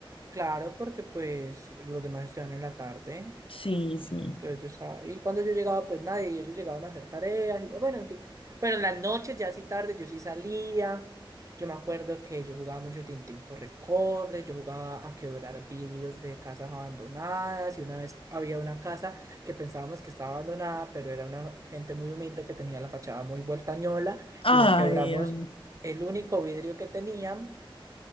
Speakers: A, on the right (about 35°); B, on the left (about 75°).
A: claro, porque pues los demás estudiaban en la tarde.
B: Sí, sí.
A: Entonces yo estaba, y cuando yo llegaba, pues nadie, y ellos llegaban a hacer tareas, y yo, bueno, en fin. Bueno, en las noches, ya así tarde, yo sí salía. Yo me acuerdo que yo jugaba mucho Tintín corre-corre, yo jugaba a quebrar vidrios de casas abandonadas, y una vez había una casa que pensábamos que estaba abandonada, pero era una gente muy humilde que tenía la fachada muy vueltañola,
B: Ay,
A: y les quebramos
B: am-
A: el único vidrio que tenían,